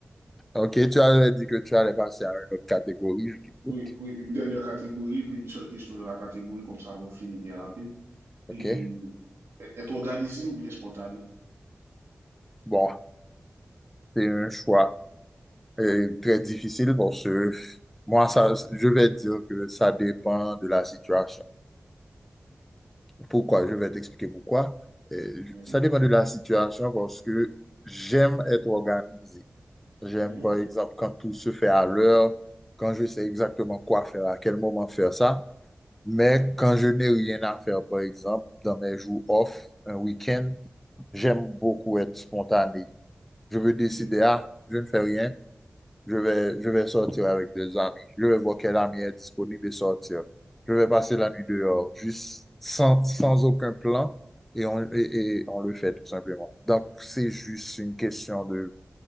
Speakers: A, in the centre; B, on the right.
A: OK, tu avais dit que tu allais passer à une autre catégorie, je t'écoute.
B: Oui, oui, une dernière catégorie, puis une seule question de la catégorie, comme ça, on finit bien rapide.
A: OK?
B: Et, euh, être organisé ou bien spontané?
A: Bon, C'est un choix euh, très difficile parce que moi, ça, je vais dire que ça dépend de la situation. Pourquoi? Je vais t'expliquer pourquoi. Euh,
B: Mhm,
A: ça dépend de la situation parce que j'aime être organisé. J'aime,
B: mhm,
A: par exemple, quand tout se fait à l'heure, quand je sais exactement quoi faire, à quel moment faire ça. Mais quand je n'ai rien à faire, par exemple, dans mes jours off, un week-end, j'aime beaucoup être spontané. Je veux décider,
B: ok.
A: ah, je ne fais rien. Je vais, je vais sortir avec des amis. Je vais voir quel ami est disponible et sortir. Je vais passer la nuit dehors, juste sans, sans aucun plan, et on, et, et on le fait tout simplement. Donc, c'est juste une question de